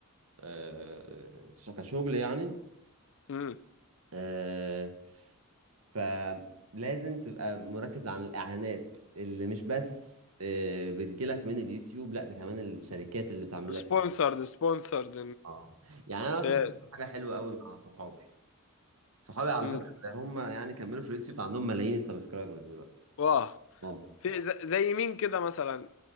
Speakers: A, on the right (about 75°); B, on the left (about 65°).
A: آه، كشغل يعني
B: امم
A: آه، فلازم تبقى مركز عن الاعلانات اللي مش بس آه، بتجيلك من اليوتيوب لا ده كمان الشركات اللي بتعمل لك
B: سبونسرد
A: اعلان
B: سبونسرد
A: اه يعني انا اصلا
B: تاد
A: كنت بعمل حاجه حلوه قوي مع صحابي صحابي على
B: امم
A: فكره هم يعني كملوا في اليوتيوب عندهم ملايين السبسكرايبرز دلوقتي
B: واه
A: اه
B: في ز- زي مين كده مثلا